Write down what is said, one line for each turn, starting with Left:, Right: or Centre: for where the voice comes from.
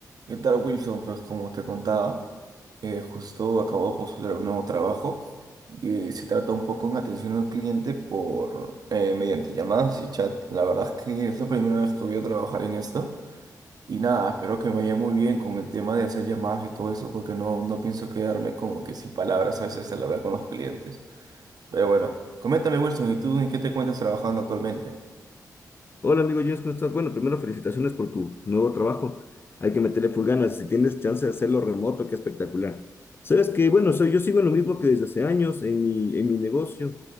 Right: ¿Qué tal, Wilson? Pues como te contaba, eh, justo acabo de postular un nuevo trabajo que se trata un poco en atención al cliente por eh, mediante llamadas y chat. La verdad es que es la primera vez que voy a trabajar en esto y nada, espero que me vaya muy bien con el tema de hacer llamadas y todo eso porque no, no pienso quedarme como que sin palabras a veces al hablar con los clientes. Pero bueno, coméntame, Wilson, ¿y tú en qué te encuentras trabajando actualmente?
Left: Hola amigo James, ¿cómo estás? Bueno, primero felicitaciones por tu nuevo trabajo. Hay que meterle full ganas. Si tienes chance de hacerlo remoto, qué espectacular. Sabes que, bueno, soy, yo sigo en lo mismo que desde hace años en mi, en mi negocio.